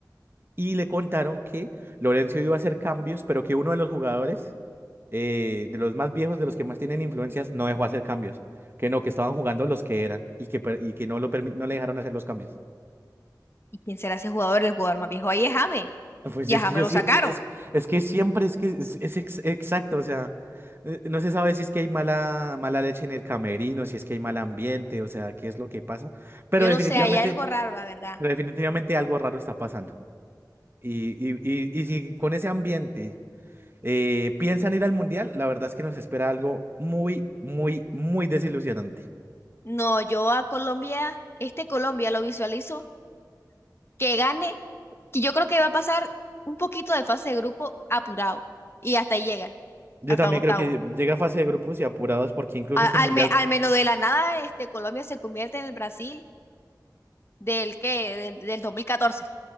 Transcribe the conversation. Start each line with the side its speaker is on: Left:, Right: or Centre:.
Right: y le contaron que Lorenzo iba a hacer cambios, pero que uno de los jugadores, eh, de los más viejos, de los que más tienen influencias, no dejó hacer cambios. Que no, que estaban jugando los que eran y que, per- y que no, lo permi- no le dejaron hacer los cambios.
Left: ¿Y quién será ese jugador? El jugador más viejo ahí es James.
Right: Pues
Left: Y
Right: es
Left: a James
Right: que yo
Left: lo
Right: sí,
Left: sacaron.
Right: es, es que siempre es que es, es ex- exacto, o sea, eh, no se sabe si es que hay mala, mala leche en el camerino, si es que hay mal ambiente, o sea, qué es lo que pasa, pero
Left: Yo
Right: definitivamente,
Left: no sé, hay algo raro, la verdad.
Right: pero definitivamente algo raro está pasando. Y, y, y, y si con ese ambiente Eh, ¿piensan ir al mundial? La verdad es que nos espera algo muy, muy, muy desilusionante.
Left: No, yo a Colombia, este Colombia lo visualizo que gane, que yo creo que va a pasar un poquito de fase de grupo apurado y hasta ahí llega,
Right: Yo
Left: hasta
Right: también
Left: octavo.
Right: creo que llega a fase de grupos y apurados porque incluso
Left: A-
Right: este
Left: al,
Right: mundial,
Left: me- al menos de la nada, este Colombia se convierte en el Brasil del que del, del dos mil catorce